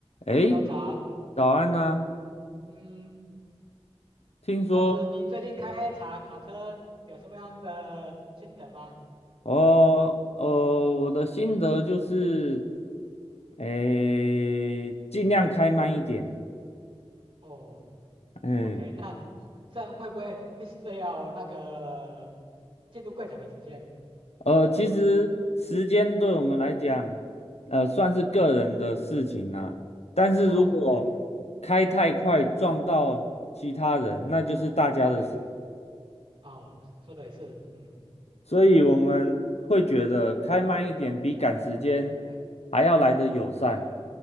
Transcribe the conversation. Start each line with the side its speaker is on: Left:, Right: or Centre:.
Left: 诶，
Right: Hello，早，
Left: 早安呐、
Right: 嗯，
Left: 听说
Right: 然后你最近开卡卡车有什么样的心得吗？
Left: 哦哦，我的心得就是，诶，尽量开慢一点。
Right: 哦
Left: 嗯，
Right: ，OK，那会这样会不会 miss 掉那个进入柜场的时间？
Left: 呃，其实时间对我们来讲，呃，算是个人的事情啦、但是如果
Right: 哦，对，
Left: 开太快撞到其他人，
Right: 哎，
Left: 那就是大家的事。
Right: 对，哦，说的也是，嗯，
Left: 所以我们会觉得开慢一点比赶时间
Right: 对
Left: 还要来得友善。
Right: 对，